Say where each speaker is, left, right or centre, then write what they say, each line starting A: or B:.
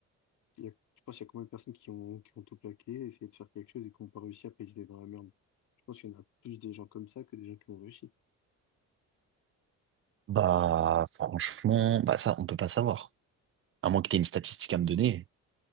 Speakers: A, on the left (about 75°); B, on the right (about 45°).
A: il y a, tu penses qu'il y a combien de personnes qui ont, qui ont tout plaqué, essayé de faire quelque chose et qui n'ont pas réussi à ils dans la merde. Je pense qu'il y en a plus des gens comme ça que des gens qui ont réussi.
B: Bah, franchement, bah ça, on peut pas savoir. À moins que tu aies une statistique à me
A: Euh,
B: donner.